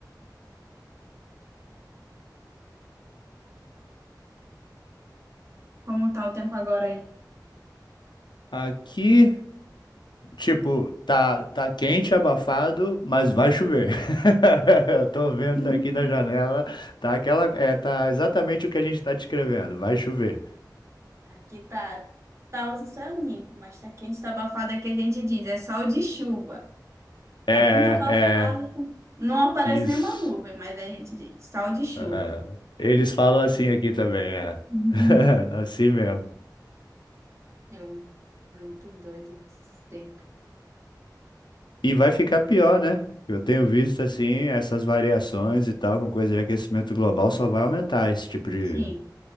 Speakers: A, on the right (about 40°); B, on the left (about 85°).
A: Como tá o tempo agora aí?
B: <laughs> Aqui, tipo, tá, tá quente, abafado, mas vai chover. <laughs> Eu tô vendo
A: Hum.
B: daqui da janela, tá aquela, é, tá exatamente o que a gente tá descrevendo, vai chover.
A: Aqui tá, tá o céu limpo, mas tá quente, tá abafado, é que a gente diz, é sol de chuva.
B: É,
A: Tá muito abafado,
B: é,
A: com- não aparece
B: isso.
A: nenhuma nuvem, mas aí a gente diz, sol de chuva.
B: É,
A: <laughs>
B: eles falam assim aqui também, é.
A: Uhum.
B: <laughs> Assim mesmo.
A: É um- é muito doido esse tempo.
B: E vai ficar pior, né? Eu tenho visto assim essas variações e tal, com coisa de aquecimento global, só vai aumentar esse tipo de,
A: Sim,